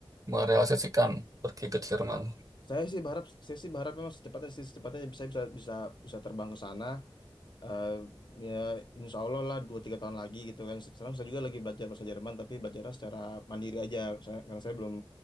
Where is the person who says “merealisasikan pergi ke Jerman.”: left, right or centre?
Right